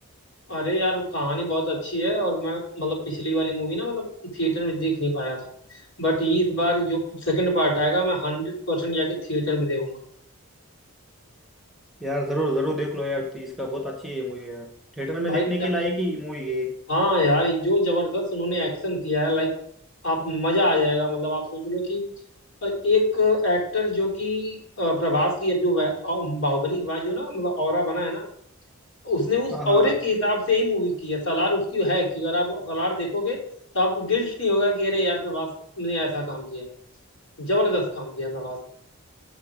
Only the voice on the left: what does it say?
अरे यार कहानी बहुत अच्छी है और मैं मतलब पिछली वाली मूवी ना मतलब थिएटर में देख नहीं पाया था बट इस बार जो सेकंड पार्ट आएगा मैं हंड्रेड परसेंट जाके थिएटर में देखूंगा
भाई
क्या
ही-
हाँ यार ये जो जबरदस्त उन्होंने एक्शन किया है लाइक आप मजा आ जाएगा मतलब आप सोच लो कि एक एक्टर जो कि अ, प्रभास की अब जो वै- अ, बाहुबली के बाद जो ना मतलब ऑरा बना है ना उसने उस
ऑरे
के हिसाब से ही मूवी की है सालार उसकी है कि अगर आप सालार देखोगे तो आपको गिल्ट नहीं होगा कि अरे यार प्रभास ने ऐसा काम किया जबरदस्त काम किया प्रभास ने